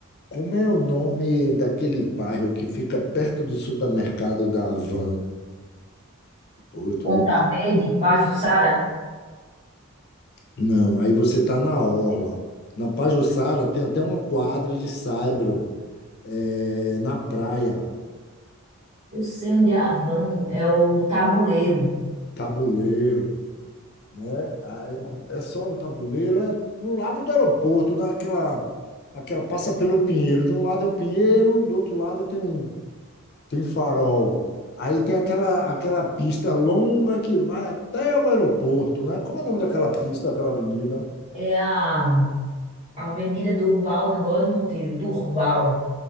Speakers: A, on the left; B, on the right.
A: Como é o nome daquele bairro que fica perto do supermercado da Havan? Pô, eu tô
B: Ponta Verde, Pajuçara.
A: Não, aí você está na orla. Na Pajuçara tem até uma quadra de saibro, é, na praia,
B: Eu sei onde é a van, é o Tabuleiro.
A: tabuleiro, né? Aí, é só no tabuleiro, é no lado do aeroporto, daquela, aquela passa pelo Pinheiro. De um lado é o Pinheiro, do outro lado tem um tem farol. Aí tem aquela aquela pista longa que vai até o aeroporto, né? Como é o nome daquela pista, daquela avenida?
B: É a Avenida Durval de Góes Monteiro, Durval